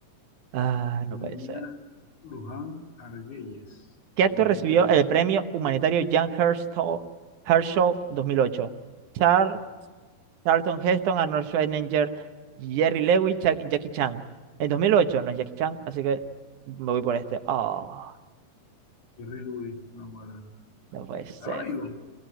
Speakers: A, on the right; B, on the left.
A: Ah,
B: Julia
A: no puede ser.
B: Luján Argüelles.
A: ¿Qué actor
B: O Argüelles.
A: recibió el premio humanitario Jan Herschel, Herschel 2008? Char, Charlton Heston, Arnold Schwarzenegger, Jerry Lewis, Cha- Jackie Chan. En 2008 no es Jackie Chan, así que me voy por este. Ah,
B: Jerry Luis, una buena.
A: no puede ser.
B: Estaba vivo.